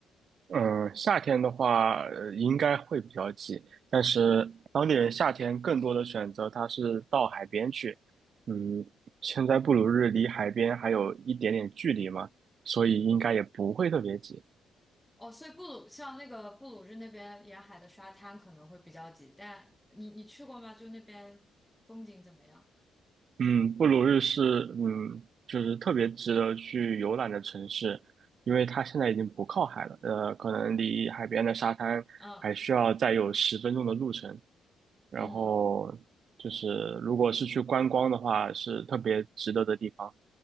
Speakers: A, on the right; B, in the centre.
A: 嗯，夏天的话，呃应该会比较挤，但是当地人夏天更多的选择，他是到海边去。嗯，现在布鲁日离海边还有一点点距离嘛，所以应该也不会特别挤。
B: 哦，所以布鲁像那个布鲁日那边沿海的沙滩可能会比较挤，但你你去过吗？就那边风景怎么样？
A: 嗯，布鲁日是嗯，就是特别值得去游览的城市，因为它现在已经不靠海了，呃，可能离海边的沙滩还需要再有十分钟的路程。
B: 嗯
A: 然后就是如果是去观光的话，
B: 嗯
A: 是特别值得的地方。